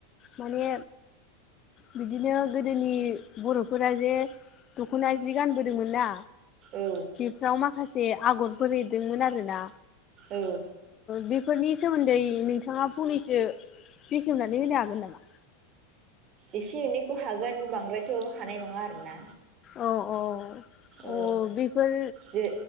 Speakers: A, on the left (about 35°); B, on the right (about 40°).
A: माने बिदिनो गोदोनि बर'फोरा जे दख'ना जि गानबोदोंमोन ना
B: औ
A: बेफोराव माखासे आगरफोर एरदोंमोन आरोना
B: औ
A: बेफोरनि सोमोन्दै नोंथाङा फंनैसो बेखेवनानै होनो हागोन नामा?
B: एसे एनैखौ हागोन बांद्रायथ' हानाय नङा आरोना
A: औ औ औ
B: ए
A: बेफोर
B: जे